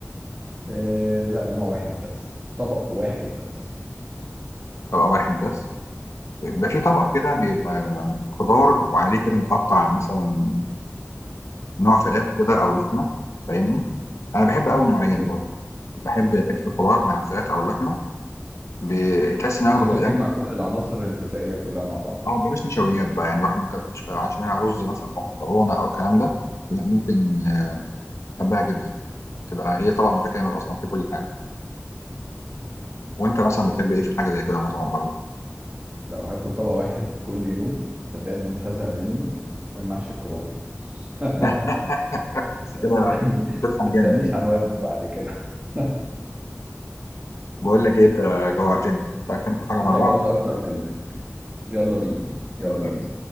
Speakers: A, on the right (about 25°); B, on the left (about 80°).
A: آه لا نوع واحد بس طبق واحد بس
B: طبق واحد بس بيبقى في طبق كده بيبقى آم، خضار وعليه كده متقطع مثلا نوع فراخ كده او لحمه فاهمني انا بحب قوي النوعيه
A: تمام
B: دي برضه بحب حته الخضار مع الفراخ او اللحمه بتحس انها وجبه
A: يعني انت
B: غذائيه
A: بتجمع كل العناصر الغذائيه كلها مع بعض
B: اه بلاش نشويات بقى يعني واحد ما كانش عشانها رز مثلا او مكرونه او الكلام ده لا ممكن آه، احبها جدا تبقى هي طبق متكامل اصلا في كل حاجه وانت مثلا بتحب ايه في الحاجه زي كده مثلا برضه
A: لو هاكل طبق واحد كل يوم صدقني ومش هزهق منه المحشي كروم <laughs>
B: <laughs> اه بس
A: بس
B: كده
A: يعني
B: تفهم
A: ما تسألنيش
B: جامد كده
A: عن وزني بعد كده <laughs>
B: بقول لك ايه انت جوعتني تعالى كده ناكل حاجه مع
A: انا
B: بعض
A: جوعت اكتر منك يلا بينا يلا
B: يلا
A: بينا